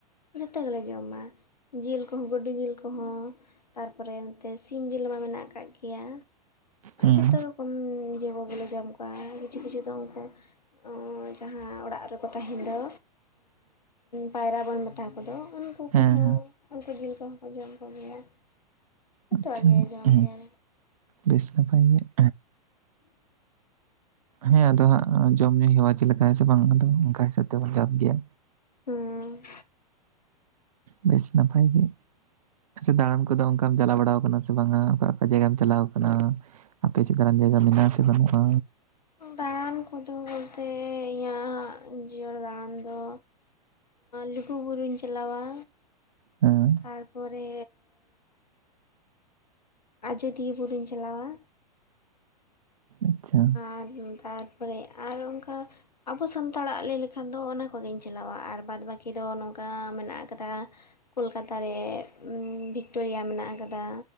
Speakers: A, on the left; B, on the right.
A: ᱡᱚᱛᱚ ᱜᱮᱞᱮ ᱡᱚᱢᱟ ᱡᱤᱞ ᱠᱚᱦᱚᱸ ᱜᱩᱰᱩ ᱡᱤᱞ ᱠᱚᱦᱚᱸᱼᱼ ᱛᱟᱨᱯᱚᱨᱮ ᱱᱚᱛᱮ ᱥᱤᱢ ᱡᱤᱞ ᱢᱟ ᱢᱮᱱᱟᱜ ᱠᱟᱜ ᱜᱮᱭᱟ
B: ᱦᱩᱸ
A: ᱡᱷᱚᱛᱚ ᱨᱚᱠᱚᱢ ᱤᱭᱟᱹ ᱠᱚᱜᱮᱞᱮ ᱡᱚᱢ ᱠᱚᱣᱟ ᱠᱤᱪᱷᱩ ᱠᱤᱪᱷᱩ ᱫᱚ ᱩᱱᱠᱩ ᱚᱻ ᱡᱟᱦᱟᱸ ᱚᱲᱟᱜ ᱨᱮᱠᱚ ᱛᱟᱦᱮᱱ ᱫᱚ ᱯᱟᱭᱨᱟ ᱵᱚᱱ ᱢᱮᱛᱟ ᱠᱚᱫᱚ ᱩᱱᱠᱩ
B: ᱦᱮᱸ
A: ᱦᱚᱸ
B: ᱦᱮᱸ
A: ᱩᱱᱠᱩ ᱡᱤᱞ ᱠᱚᱦᱚᱸ ᱠᱚ ᱡᱚᱢ ᱠᱚᱜᱮᱭᱟ ᱡᱚᱛᱚᱣᱟᱜ
B: ᱟᱪᱪᱷᱟ
A: ᱜᱮ ᱡᱚᱢ
B: ᱦᱮᱸ
A: ᱜᱮᱭᱟ ᱞᱮ
B: ᱵᱮᱥ ᱜᱮ ᱵᱟᱧ <inaudible> ᱦᱮᱸ ᱟᱫᱚ ᱦᱟᱸᱜ ᱡᱚᱢ ᱧᱩ ᱦᱮᱣᱟ ᱪᱮᱫ ᱞᱮᱠᱟ ᱦᱮᱸ ᱥᱮ ᱵᱟᱝ ᱟᱫᱚ ᱚᱱᱠᱟ ᱦᱤᱥᱟᱹᱵ ᱛᱮᱵᱚᱱ ᱡᱚᱢ ᱤᱫᱤᱭᱟ᱾
A: ᱦᱩᱸ
B: ᱵᱮᱥ ᱱᱟᱯᱟᱭ ᱜᱮ ᱟᱪᱪᱷᱟ ᱫᱟᱬᱟᱱ ᱠᱚ ᱫᱚ ᱚᱱᱠᱟᱼᱼ ᱠᱟᱢ ᱪᱟᱞᱟᱣ ᱵᱟᱲᱟ ᱠᱟᱱᱟ ᱥᱮ ᱵᱟᱝᱟ ᱚᱠᱟ ᱚᱠᱟ ᱡᱟᱭᱜᱟᱢ ᱪᱟᱞᱟᱣ ᱠᱟᱱᱟ᱾ ᱟᱯᱮ ᱪᱮ ᱠᱟᱱᱟᱜ ᱡᱟᱭᱜᱟ ᱢᱮᱱᱟᱜᱼᱟ ᱥᱮ ᱵᱟᱹᱱᱩᱜᱼᱟ?
A: ᱫᱟᱬᱟᱱ ᱠᱚᱫᱚ ᱵᱚᱞᱛᱮ, ᱤᱧᱟᱹᱜ ᱡᱤᱭᱚᱱ ᱫᱟᱬᱟᱱ ᱫᱚᱼᱼ ᱞᱩᱜᱩᱵᱩᱨᱩᱧ ᱪᱟᱹᱞᱟᱣᱟ
B: ᱦᱮᱸ
A: ᱛᱟᱨᱯᱚᱨᱮᱼᱼ ᱟᱡᱚᱫᱤᱭᱟᱹ ᱵᱩᱨᱩᱧ ᱪᱟᱹᱞᱟᱣᱟᱼᱼ
B: ᱟᱪᱪᱷᱟ
A: ᱟᱨ ᱛᱟᱨ ᱯᱚᱨᱮ ᱟᱨ ᱚᱱᱠᱟᱼᱼ ᱟᱵᱚ ᱥᱟᱱᱛᱟᱲᱟᱜ ᱞᱟᱹᱭ ᱞᱮᱠᱷᱟᱱ ᱫᱚ ᱚᱱᱟ ᱠᱚᱜᱤᱧ ᱪᱟᱞᱟᱣᱟ ᱟᱨ ᱵᱟᱫᱽ ᱵᱟᱹᱠᱤ ᱫᱚ ᱱᱚᱝᱠᱟ ᱢᱮᱱᱟᱜ ᱠᱟᱫᱟ᱾ ᱠᱳᱞᱠᱟᱛᱟ ᱨᱮ ᱵᱷᱤᱠᱴᱳᱨᱤᱭᱟ ᱢᱮᱱᱟᱜ ᱠᱟᱫᱟ᱾